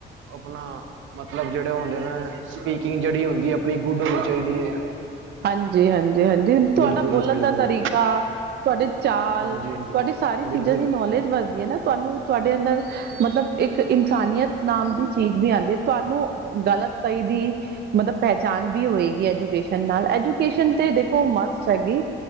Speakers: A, on the right; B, on the right.
A: ਅਪਣਾ ਮਤਲਬ ਜੇੜੇ ਔ ਹੁੰਦੇ ਨੇ ਸਪੀਕਿੰਗ ਜੇੜੀ ਹੁੰਦੀ ਏ ਅਪਣੀ ਗੁੱਡ ਹੋਣੀ ਚਾਈਦੀ ਏ।
B: ਹਾਂਜੀ ਹਾਂਜੀ ਹਾਂਜੀ ਤੁਆਡਾ
A: ਬਿਲਕੁਲ
B: ਬੋਲਣ
A: ਬਿਲਕੁਲ
B: ਦਾ ਤਰੀ ਕਾ ਤੁਹਾਡੀ ਚਾਲ
A: ਹਾਂਜੀ ਹਾਂਜੀ
B: ਤੁਹਾਡੀ ਸਾਰੀ ਚੀਜ਼ਾਂ
A: ਬਿਲਕੁਲ
B: ਦੀ ਨੌਲੇਜ ਵੱਧਦੀ ਏ ਨਾ ਤੁਆਨੂੰ ਤੁਹਾਡੇ ਅੰਦਰ ਮਤਲਬ ਇੱਕ ਇਨਸਾਨੀਅਤ ਨਾਮ ਦੀ ਚੀਜ਼ ਵੀ ਆਉਂਦੀ ਹੈ ਤੁਹਾਨੂੰ ਗਲਤ ਸਹੀ ਦੀ ਮਤਲਬ ਪਹਿਚਾਣ ਵੀ ਹੋਏਗੀ ਐਜੂਕੇਸ਼ ਨਾਲ ਐਜੂਕੇਸ਼ਨ ਤੇ ਦੇਖੋ ਮਸਟ ਹੇਗੀ